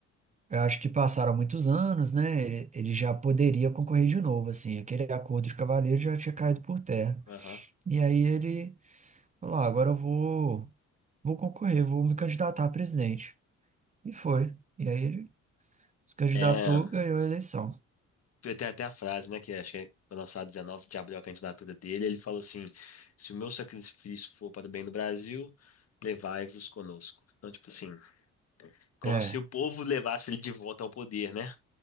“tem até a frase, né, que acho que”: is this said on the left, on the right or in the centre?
Left